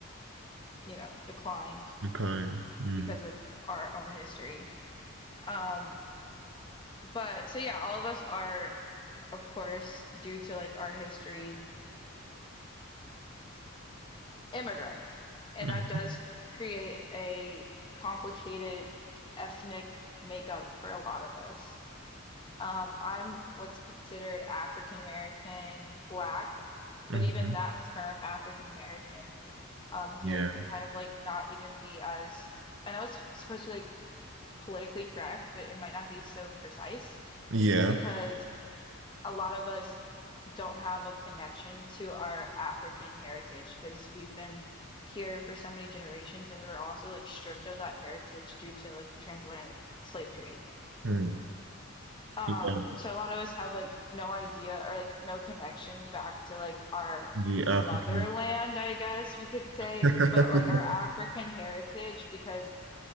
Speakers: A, on the left; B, on the right.
A: you know, declined
B: The kind. Mm.
A: because of our own history. Um, but so yeah, all of us are, of course, due to like our history immigrants. And
B: hmm
A: that does create a complicated ethnic makeup for a lot of us. Um, I'm what's considered African American, Black,
B: hmm
A: but even that term, African American, um, here
B: Yeah.
A: can kind of like not even be as, I know it's supposed to be like politically correct, but it might not be so precise
B: Yeah.
A: because a lot of us don't have a connection to our African heritage because we've been here for so many generations and we were also like stripped of that heritage due to like the transatlantic slave trade.
B: Mm.
A: Um,
B: Yeah.
A: so a lot of us have like no idea or like no connection back to like our
B: The
A: motherland,
B: African.
A: I guess we could say,
B: <laughs>
A: but like our African heritage because